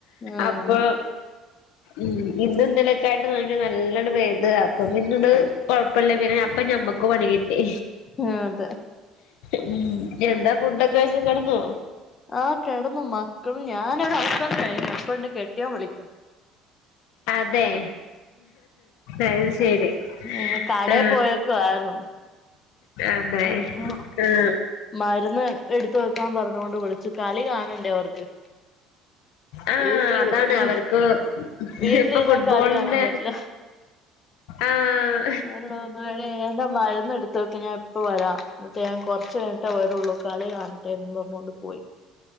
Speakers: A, on the left; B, on the left.
A: ആഹ്
B: അപ്പോ, ഉം ഇന്ന് ഇന്നലൊക്കെ ആയിട്ട് ന്ന, നല്ലോണം പേയ്ത് അപ്പോ, പിന്നെണ്ട് കൊഴപ്പല്ല പിന്നെഞ- പ്പ ഞമക്കു പണി കിട്ടി.
A: ആഹ് അതെ
B: ഉം എന്താ ഫുഡൊക്കെ കഴിച്ച് കിടന്നൊ.
A: ആഹ് കിടന്നു മക്കളും ഞാനെരു ഉറക്കം കഴിഞ്ഞു അപ്പണ്ട് കെട്ടിയൊൻ വിളിക്കുന്നു
B: അതെ അയ് ശരി
A: ഉം കടയെ
B: ആ
A: പോയേക്കുവായിരുന്നു
B: അതെ
A: ആഹ്
B: ആ
A: മരുന്ന് എടുത്ത് ക്കാം പറഞ്ഞൊണ്ട് വിളിച്ചു കളി കാണണ്ടേ അവർക്ക്
B: ആഹ
A: വീട്ടില്
B: അതാണ്
A: വീ
B: അവർക്ക്
A: വീട്ടിലിരുന്നാ
B: ഇപ്പൊ ഫുട്ബോളിന്റെ
A: കളി കാണാൻ പറ്റില്ല
B: ആഹ്
A: അവരടെ മഴയെ എന്താ മരുന്ന് എടുത്ത് വെക്ക ഞാ ഇപ്പ വരാം എന്നിട്ട് ഞാൻ കുറച്ച് കഴിഞ്ഞിട്ടേ വരുള്ളൂ കളി കാണട്ടേന്ന് പറഞ്ഞോണ്ട് പോയി